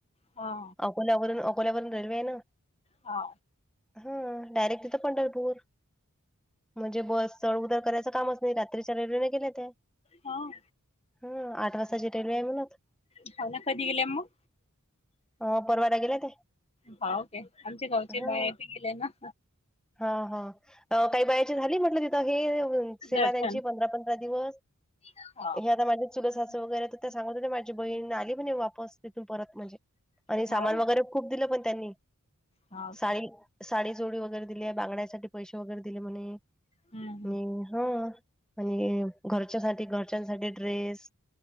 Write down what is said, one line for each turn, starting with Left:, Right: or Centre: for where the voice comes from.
Left: हा
Centre: अकोल्यावरून अकोल्यावरून रेल्वे आहे ना
Left: हा
Centre: ह डायरेक्ट तिथं पंढरपूर म्हणजे बस चड उतर करायचं कामच नाही रात्रीच्या रेल्वेने गेल्या त्या
Left: हाव
Centre: हू आठ वाजताची रेल्वे आहे म्हणंत
Left: शान्या कधी गेल्यां मग
Centre: अ परवाला गेल्यां त्या
Left: हां ओके आमचे गावचे
Centre: हा.
Left: बाया बी गेल्यां ना
Centre: हा हा काय वयाची झाली म्हटलं तिथं हे सेवा
Left: दर्शन
Centre: त्यांची पंधरा पंधरा दिवस
Left: हाव
Centre: हे आता माझे चुलत सासू वगैरे तर त्या सांगत होते माझी बहीण आली म्हणे वापस तिथून परत म्हणजे आणि सामान
Left: हाव
Centre: वगैरे खूप दिलं पण त्यांनी
Left: हाव काय
Centre: साडी साडी चोळी वगैरे दिली बांगड्यासाठी पैसे वगैरे दिले म्हणे
Left: हम्म
Centre: आणि हा आणि घरच्यासाठी घरच्यांसाठी ड्रेस